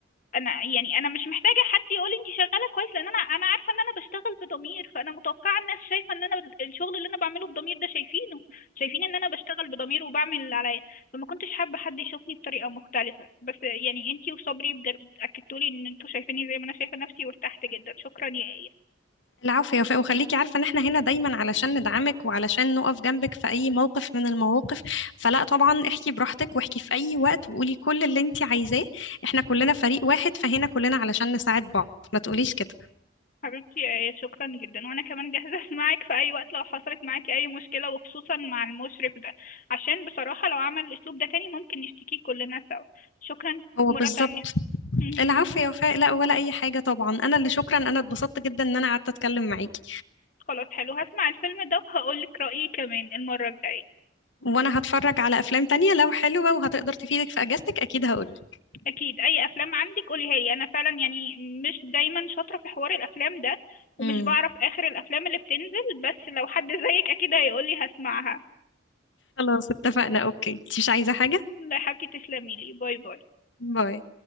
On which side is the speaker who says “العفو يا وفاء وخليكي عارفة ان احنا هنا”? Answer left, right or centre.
Left